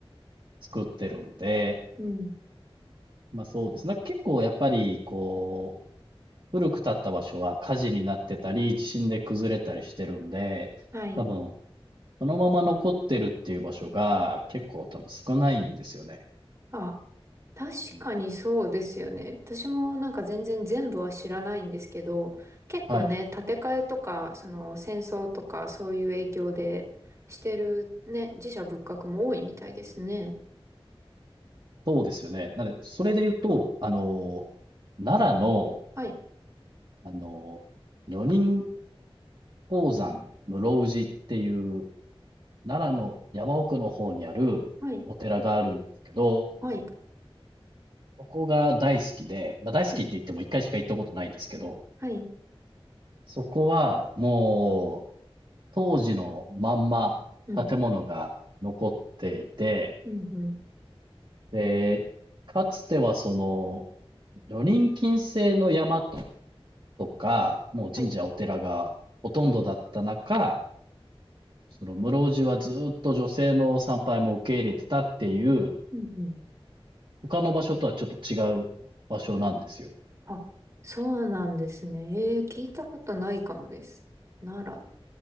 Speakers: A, on the right (about 55°); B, on the right (about 30°).
A: 作ってるんで、
B: うん。
A: まあ、そうですね。結構やっぱり、こう、古く建った場所は火事になってたり、地震で崩れたりしてるんで、
B: はい。
A: 多分、そのまま残ってるっていう場所が結構多分少ないんですよね。
B: あ確かにそうですよね。
A: うん
B: 私もなんか全然全部は知らないんですけど、結構ね、
A: はい。
B: 建て替えとか、その戦争とかそういう影響でしてるね、自社仏閣も多いみたいですね。
A: そうですよね。なので、それで言うと、あの、奈良の、
B: はい、
A: あの、女人鉱山室生寺っていう、奈良の山奥の方にあるお寺があるんですけど、
B: はい、はい、
A: そこが大好きで、まあ、大好きって言っても一回しか行ったことないんですけど、
B: はい、はい、
A: そこはもう当時のまんま建物が残っていて、
B: うん、うん、うん、
A: で、かつてはその女人禁制の山っとか、もう神社お寺がほとんどだった中、
B: はい、
A: その室生寺はずーっと女性の参拝も受け入れてたっていう、
B: うん、うん。
A: 他の場所とはちょっと違う場所なんですよ。
B: あ、そうなんですね。えー、聞いたことないかもです。なら、